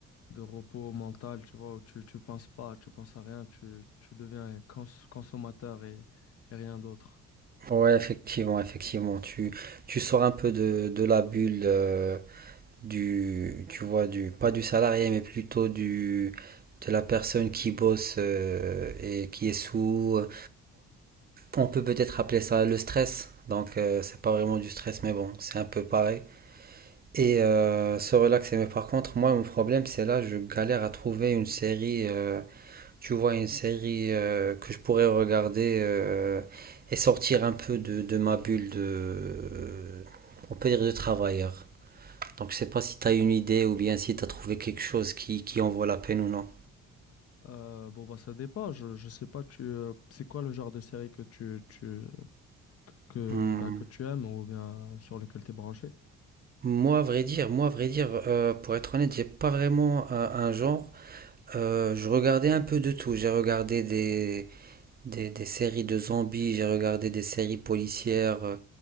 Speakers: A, on the left; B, on the right.
A: de repos mental, tu vois, où tu, tu penses pas, tu penses à rien, tu, tu deviens un cons- consommateur et, et rien d'autre.
B: Ouais, effectivement, effectivement. Tu, tu sors un peu de, de la bulle euh, du, tu vois, du, pas du salarié, mais plutôt du, de la personne qui bosse euh, et qui est sous. euh, On peut peut-être appeler ça le stress. Donc, euh, c'est pas vraiment du stress, mais bon, c'est un peu pareil. Et euh, se relaxer. Mais par contre, moi, mon problème, c'est là, je galère à trouver une série. euh, tu vois, une série euh, que je pourrais regarder euh, et sortir un peu de, de ma bulle de. euh, On peut dire de travailleur. Donc, je sais pas si tu as une idée ou bien si tu as trouvé quelque chose qui, qui en vaut la peine ou non.
A: Euh, bon, bah, ça dépend, je, je sais pas, tu, euh, c'est quoi le genre de série que tu, tu, que,
B: Hmm.
A: bah, que tu aimes ou bien euh, sur lequel tu es branché?
B: Moi, à vrai dire, moi, à vrai dire, euh, pour être honnête, j'ai pas vraiment un, un genre. Euh, je regardais un peu de tout. J'ai regardé des, des, des séries de zombies, j'ai regardé des séries policières, euh,